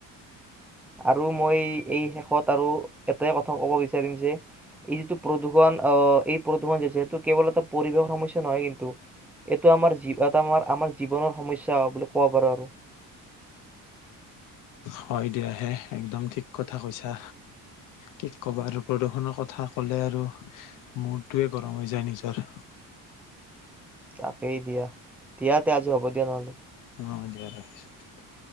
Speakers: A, in the centre; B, on the left (about 65°).
A: আৰু মই এই শেষত আৰু এটাই কথা কব বিচাৰিম যে, এই যিটো প্ৰদূষণ আহ এই প্ৰদূৰণ যে যিহটো কেৱল এটা পৰিৱেশৰ সমস্যা নহয় কিন্তু। এইটো আমাৰ এটা আমাৰ আমাৰ জীৱনৰ সমস্যা বুলি কব পাৰো আৰু।
B: হয় দিয়াহে একদম ঠিক কথা কৈছা কি ক'বা আৰু প্ৰদূষণৰ কথা ক'লে আৰু মূৰটোৱে গৰম হৈ যায় নিজৰ।
A: তাকেই দিয়া। দিয়াতে আজি হ'ব দিয়া নহলে
B: অঁ দিয়া ৰাখিছো।